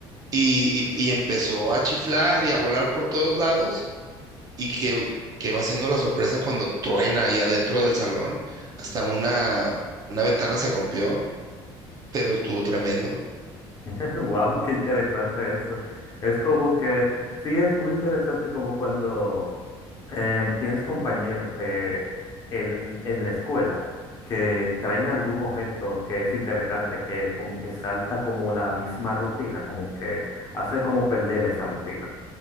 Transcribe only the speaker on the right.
y, y- y empezó a chiflar y a volar por todos lados y que, que va siendo la sorpresa cuando truena ahí adentro del salón. Hasta una, una ventana se rompió, pero estuvo tremendo.